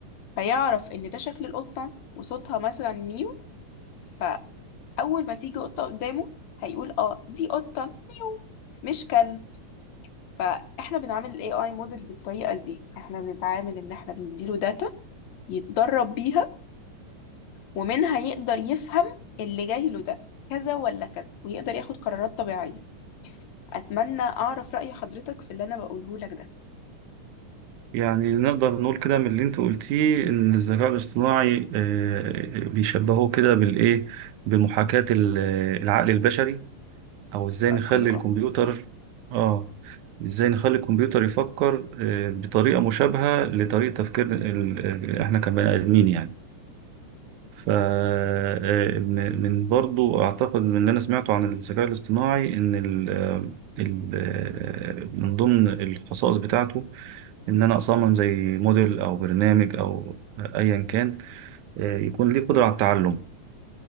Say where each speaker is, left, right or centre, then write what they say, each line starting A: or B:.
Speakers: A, on the left; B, on the right.
A: فيعرف إن ده شكل القطة وصوتها مثلا ميو فأول ما تيجي قطة قدامه هيقول اه دي قطة ميو مش كلب فاحنا بنعمل الاي اي موديل بالطريقه دي احنا بنتعامل ان احنا بنديله داتا يتدرب بيها ومنها يقدر يفهم اللي جاي له ده كذا ولا كذا ويقدر ياخد قرارات طبيعيه اتمنى اعرف راي حضرتك في اللي انا بقوله لك ده
B: يعني نقدر نقول كده من اللي أنت قلتيه إن الذكاء الاصطناعي آه، بيشبهوه كده بالإيه؟ بمحاكاة ال- العقل البشري او ازاي
A: حقيقه
B: نخلي الكمبيوتر اه ازاي نخلي الكمبيوتر يفكر آه، بطريقة مشابهة لطريقة تفكير ال- ال- احنا كبني ادمين يعني ف آه، من من برضو اعتقد من اللي انا سمعته عن الذكاء الاصطناعي ان ال آه، ال- آه، من ضمن الخصائص بتاعته ان انا اصمم زي موديل او برنامج او ايا كان آه، يكون ليه قدرة على التعلم